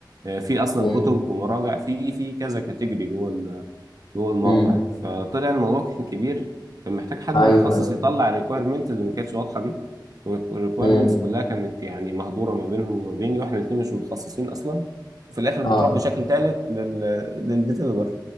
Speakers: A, on the right (about 50°); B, on the left (about 75°).
A: آه، في اصلا
B: امم
A: كتب ومراجع في في كذا كاتيجوري جوه جوه الموقع
B: امم
A: فطلع الموضوع كان كبير كان محتاج حد
B: ايوه
A: متخصص
B: ايوه
A: يطلع الريكويرمنت اللي ما كانتش واضحه دي الريكويرمنتس
B: امم
A: كلها كانت يعني مهدوره ما بينهم وما بيني واحنا الاثنين مش متخصصين اصلا وفي الاخر بتروح
B: اه
A: بشكل ثالث لل للديفلوبر